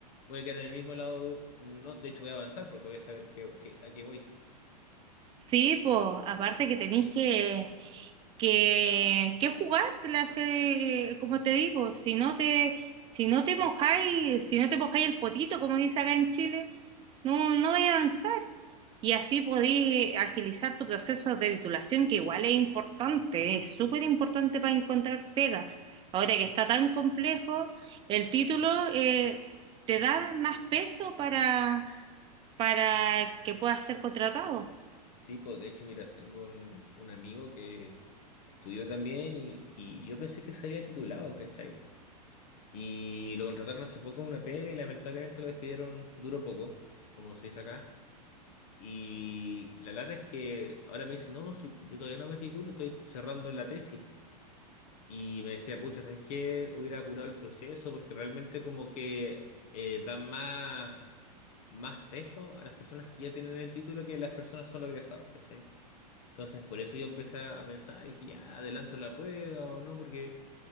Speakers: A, on the left; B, on the right.
A: voy a quedar en el mismo lado, no, de hecho voy a avanzar porque voy a saber qué- qué- a qué voy.
B: Sí, pues aparte que tenéis que que, que jugártelas, hace eh, como te digo, si no te, si no te mojáis, si no te mojáis el potito, como dice acá en Chile, no, no vais a avanzar. Y así podéis agilizar tu proceso de titulación, que igual es importante, es súper importante para encontrar pega. Ahora que está tan complejo, el título eh, te da más peso para, para que puedas ser contratado.
A: Sí, pues de hecho, mira, tengo un, un amigo que estudió también y, y yo pensé que se había titulado, ¿cachai? Y lo contrataron hace poco en una pega y lamentablemente lo despidieron duro poco, como se dice acá. Y la lata es que ahora me dice, no, si yo todavía no me titulo, estoy cerrando la tesis. Y me decía, pucha, ¿sabes qué? Hubiera apurado el proceso porque realmente como que eh, dan más, más peso a las personas que ya tienen el título que las personas solo egresados, ¿cachai? Entonces, por eso yo empecé a pensar, dije, ya adelanto la prueba o no, porque